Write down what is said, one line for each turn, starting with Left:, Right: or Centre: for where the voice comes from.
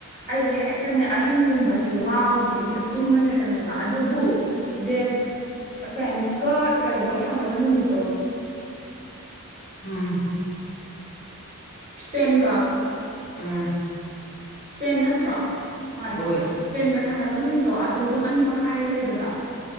Right: ꯑꯩꯁꯦ ꯍꯦꯛꯇꯅꯦ ꯑꯍꯤꯡꯒꯨꯝꯕꯁꯦ ꯋꯥꯕꯒꯤꯅꯦ ꯍꯦꯛꯇ ꯇꯨꯝꯕ ꯂꯩꯔꯝꯃꯦꯕ ꯑꯗꯨꯕꯨ ꯗꯦꯠ ꯐ꯭ꯔꯦꯟꯁꯀ ꯀꯩꯅꯣꯒ ꯁꯥꯟꯅꯕ ꯅꯨꯃꯤꯠꯇꯣ
Left: ꯎꯝ
Right: ꯁ꯭ꯄꯦꯟꯒ
Left: ꯎꯝ
Right: ꯏꯁꯄꯦꯟ ꯅꯠꯇ꯭ꯔꯣ ꯃꯥꯅꯦ
Left: ꯍꯣꯏ
Right: ꯏꯁꯄꯦꯟꯒ ꯁꯥꯟꯅꯕ ꯅꯨꯃꯤꯠꯇꯣ ꯑꯗꯨꯣ ꯄꯨꯡ ꯑꯅꯤ ꯃꯈꯥꯏꯔ ꯂꯩꯕꯗ